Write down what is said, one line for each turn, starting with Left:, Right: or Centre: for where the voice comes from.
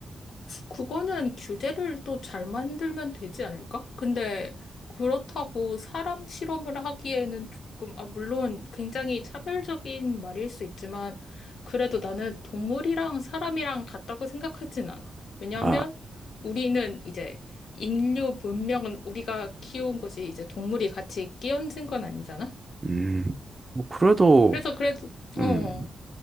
Left: 그거는 규제를 또 잘 만들면 되지 않을까? 근데 그렇다고 사람 실험을 하기에는 조금, 아, 물론 굉장히 차별적인 말일 수 있지만, 그래도 나는 동물이랑 사람이랑 같다고 생각하진 않아. 왜냐하면
Right: 아,
Left: 우리는 이제 인류 문명은 우리가 키운 거지, 이제 동물이 같이 끼얹은 건 아니잖아?
Right: 음, 뭐 그래도,
Left: 그래서 그래도,
Right: 음.
Left: 어,